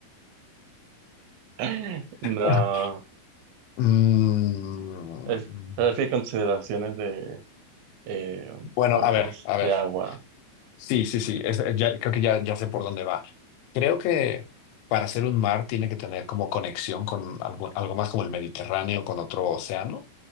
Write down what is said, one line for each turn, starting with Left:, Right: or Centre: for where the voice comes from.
Right: <laughs> No.
Left: Ah, Mm,
Right: Es, pero es que hay consideraciones de eh,
Left: bueno,
Right: cuerpos
Left: a ver, a ver.
Right: de agua.
Left: Sí, sí, sí. es- eh, ya, creo que ya, ya sé por dónde va. Creo que para ser un mar tiene que tener como conexión con algo, algo más como el Mediterráneo, con otro océano.